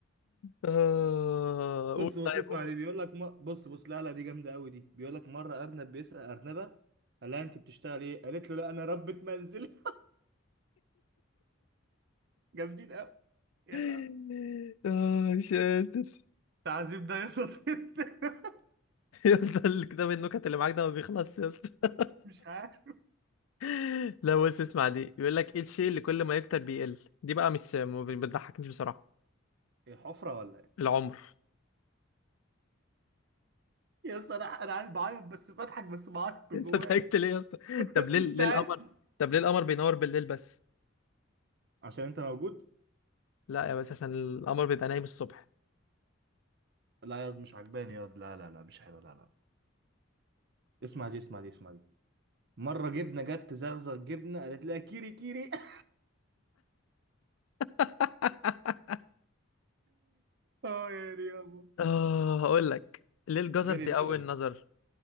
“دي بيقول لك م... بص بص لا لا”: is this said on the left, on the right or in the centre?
Right